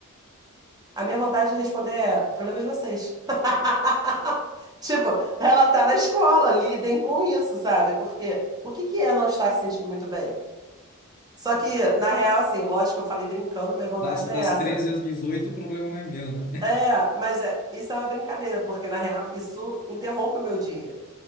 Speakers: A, on the right; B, on the left.
A: A minha vontade de responder é, problema de vocês. <laughs> Tipo, ela tá na escola, lidem com isso, sabe? Porque o que que é não estar se sentindo muito bem? Só que, na real, assim, lógico, eu falei brincando, a minha vontade
B: Das,
A: não
B: das
A: é essa.
B: 13 às 18 o problema não é meu, né? <laughs>
A: É, mas é, isso é uma brincadeira, porque na real isso interrompe o meu dia.